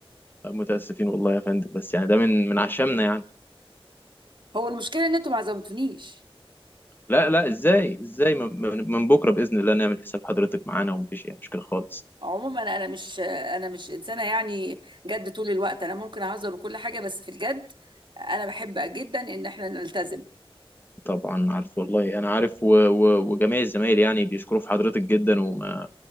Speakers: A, on the left (about 20°); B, on the right (about 55°).
A: متاسفين والله يا فندم بس يعني ده من من عشمنا يعني
B: هو المشكله ان انتوا ما عزمتونيش
A: لا لا ازاي ازاي من, من من بكره باذن الله نعمل حساب حضرتك معانا ومفيش اي مشكله خالص
B: عموما انا مش انا مش انسانه يعني جد طول الوقت انا ممكن اهزر وكل حاجه بس في الجد انا بحب جدا ان احنا نلتزم
A: طبعا عارف والله انا عارف و و وجميع الزمايل يعني بيشكروا في حضرتك جدا وما